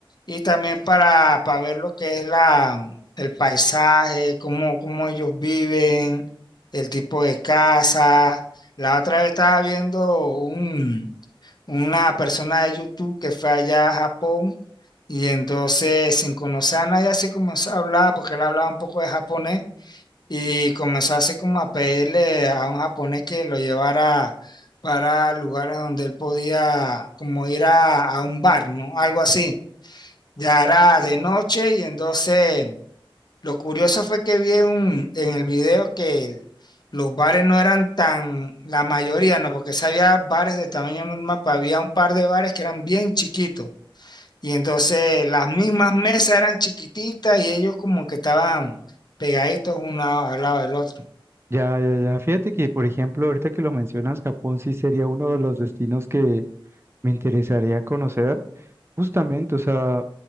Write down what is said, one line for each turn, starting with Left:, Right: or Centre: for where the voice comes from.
Left: y también para, para ver lo que es la, el paisaje, cómo, cómo ellos viven, el tipo de casa. La otra vez estaba viendo un una persona de YouTube que fue allá a Japón y entonces sin conocer a nadie así comenzó a hablar porque él hablaba un poco de japonés y comenzó así como a pedirle a un japonés que lo llevara para lugares donde él podía como ir a, a un bar, ¿no? Algo así. Ya era de noche y entonces lo curioso fue que vi en, un- en el video que el- los bares no eran tan, la mayoría no, porque si había bares de tamaño normal, pero había un par de bares que eran bien chiquitos. Y entonces las mismas mesas eran chiquititas y ellos como que estaban pegaditos uno al lado del otro.
Right: Ya, ya, ya. Fíjate que, por ejemplo, ahorita que lo mencionas, Japón sí sería uno de los destinos que me interesaría conocer. Justamente, o sea,